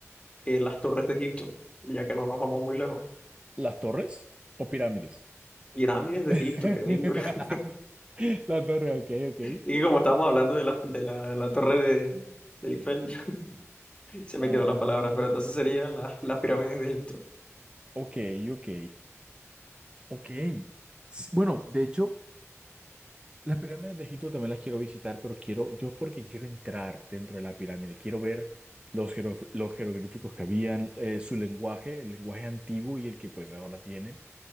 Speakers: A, on the left; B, on the right.
A: eh, las torres de Egipto, ya que no nos vamos muy lejos.
B: ¿Las torres o pirámides?
A: Pirámides de
B: <laughs>
A: Egipto, que digo. <laughs>
B: La torre, ok, ok.
A: Y que como estábamos hablando de la, de la, de la torre de, de Eiffel, <laughs> se me
B: Ah,
A: quedó la palabra, pero entonces serían las, las pirámides de Egipto.
B: ok, ok, ok. Sí, Bueno, de hecho. Las pirámides de Egipto también las quiero visitar, pero quiero, yo porque quiero entrar dentro de la pirámide, quiero ver los, jero- los jeroglíficos que habían, eh, su lenguaje, el lenguaje antiguo y el que pues ahora tienen.